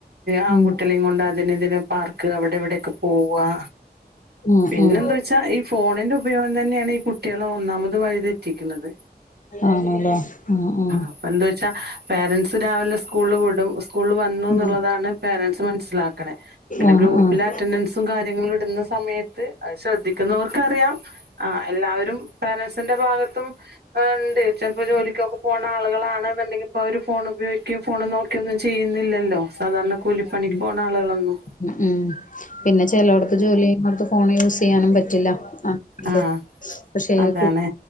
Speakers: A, on the right (about 70°); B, on the left (about 50°).
A: ആൺകുട്ടളെയും
B: ഉം
A: കൊണ്ട് അതിനന് ഇതിനന് പാർക്ക് അവിടെ ഇവിടെൊക്കെ പോവാ
B: ഉം
A: പിന്നെന്താച്ചാ
B: ഉം
A: ഈ ഫോണിന്റെ ഉപയോഗം തന്നെയാണ് ഈ കുട്ട കുട്ടിളെ ഒന്നാമത് വഴിതെറ്റിക്കുന്നത്.
B: ആണല്ലേ ഉം ഉം
A: അപ്പന്താ വെച്ചാ പേരന്റ്സ് രാവിലെ സ്കൂളിൽ വിടും സ്കൂള് വ വന്നൂന്ന്ള്ളതാണ്
B: ഉം
A: പരൻസ് മനസ്സിലാക്ക്ണെ പിന്നെ
B: ആഹ്
A: ഗ്രൂപ്പില്
B: ആഹ്
A: അറ്റന്റൻസും കാര്യങ്ങളും ഇട്ന്ന സ സമയത്ത് അത് ശ്രദ്ധിക്കുന്നവർക്ക് അറിയാം ആഹ് എല്ലാവരും പേരൻസിന്റെ ഭാഗത്തും ഉണ്ട് ചിലപ്പോ ജോലി ക്കൊക്കെ പോണ ആളുകളാണെന്നുണ്ടെങ്കി ഇപ്പോ അവര് ഫോൺ ഉപയോഗിക്ക ഫോൺ നോക്കൊന്നും ചെയ്യുന്നില്ലല്ലോ? സാധാരണ കൂലിപ്പണിക്ക്
B: ഉം
A: പോണ ആളുകളൊന്നും.
B: ഉം ഉം പിന്നെ ചെളോട്ത് ജോലി ചെയ്യുന്നട്ത്ത് ഫോൺ യൂസ് ചെയ്യാനും പറ്റി റ്റില്ല അ ണ്ട്
A: ആഹ്
B: പക്ഷേ
A: അതാണ്
B: കു ട്